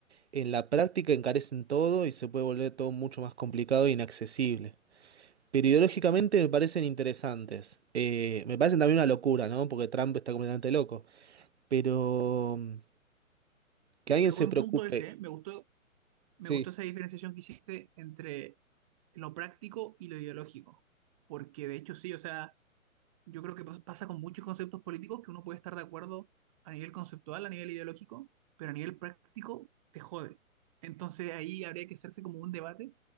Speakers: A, on the right; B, on the right.
A: en la práctica encarecen todo y se puede volver todo mucho más complicado e inaccesible. Pero ideológicamente me parecen interesantes. Eh, me parecen también una locura, ¿no? Porque Trump está completamente loco. Pero mm, que alguien
B: Pero
A: se
B: buen
A: preocupe.
B: punto ese, ¿eh? Me gustó, me
A: Sí.
B: gustó esa diferenciación que hiciste entre lo práctico y lo ideológico. Porque de hecho sí, o sea, yo creo que pas- pasa con muchos conceptos políticos que uno puede estar de acuerdo a nivel conceptual, a nivel ideológico, pero a nivel práctico te jode. Entonces ahí habría que hacerse como un debate